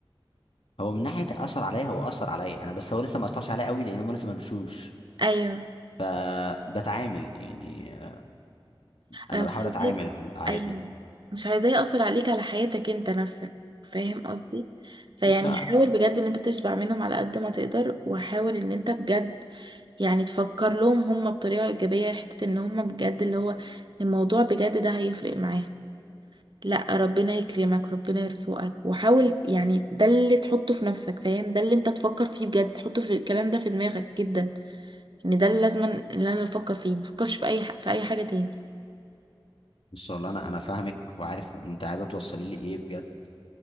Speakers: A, on the left; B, on the right.
A: هو من ناحيه اثر عليا هو اثر عليا انا بس هو لسه ما اثرش عليا قوي لان هم لسه ما مشوش
B: ايوه
A: فبتعامل يعني آه، انا
B: انا مش
A: بحاول
B: عايزاه
A: اتعامل عادي
B: ايوه مش عايزاه يأثر عليك على حياتك انت نفسك فاهم قصدي فيعني
A: بس
B: حاول بجد ان انت تشبع منهم على قد ما تقدر وحاول ان انت بجد يعني تفكر لهم هم بطريقة ايجابية حتة ان هم بجد اللي هو الموضوع بجد ده هيفرق معاهم لا ربنا يكرمك ربنا يرزقك وحاول يعني ده اللي تحطه في نفسك فاهم ده اللي انت تفكر فيه بجد تحطه في الكلام ده في دماغك جدا ان ده اللي لازم اللي انا افكر فيه مفكرش بأي ح- في اي حاجة تاني
A: بس والله انا انا فاهمك وعارف انت عايزه توصلي لي ايه بجد